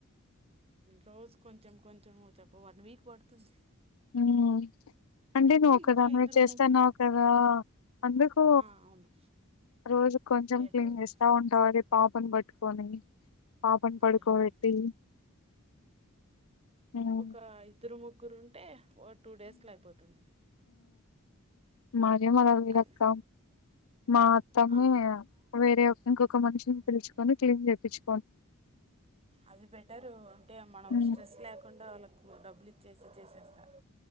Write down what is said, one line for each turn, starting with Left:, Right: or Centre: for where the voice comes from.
Right: రోజు కొంచెం కొంచెం చెప్ప వన్ వీక్ పడుతుంది
Left: ఉమ్ అంటే నువొకదానివే
Right: ఇంట్లో ఇద్దరు
Left: చేస్తున్నావ్
Right: ము-
Left: కదా అందుకు
Right: ఆ, అవును
Left: రోజు కొంచెం
Right: లేట్
Left: క్లీన్
Right: పడుతుంది
Left: చేస్తా ఉంటావ్ అది పాపను పట్టుకొని పాపను పడుకోబెట్టి
Right: అదే అదే
Left: హ్మ్
Right: ఒకర ఇద్దరు ము గ్గురు ఉంటే ఓ టూ డేస్లో అయిపోతుంది
Left: మారి మలా వి
Right: అది
Left: రక్క మా అత్తమేము
Right: ఆ,
Left: వేరే ఇంకొక
Right: ఆ.
Left: మనిషిని పిలుసుుకొని క్లీన్ చేపించి
Right: అది బెటరు అంటే మనం
Left: హ్మ్
Right: స్ట్రెస్ లేకుండా వాళ్ళకు డబ్బులు ఇచ్చేస చేసేస్తారు